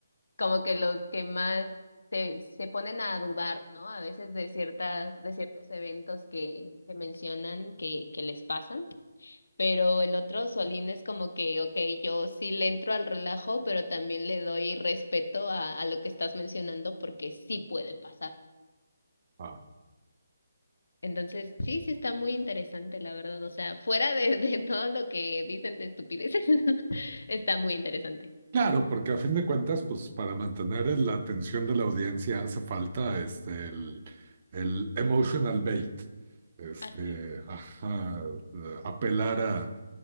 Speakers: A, on the left; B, on the right.
A: como que los que más se, se ponen a dudar, ¿no? A veces de ciertas, de ciertos eventos que, que mencionan que, que les pasan. Pero el otro Solín es como que, ok, yo sí le entro al relajo, pero también le doy respeto a, a lo que estás mencionando porque sí puede pasar.
B: Ah.
A: Entonces, sí, sí está muy interesante, la verdad. O sea, fuera de, de todo lo que dicen de estupideces, <laughs> está muy interesante.
B: Claro, porque a fin de cuentas, pues para mantener el- la atención de la audiencia hace falta este, el, el emotional bait, este,
A: Así es.
B: ajá, eh, apelar a-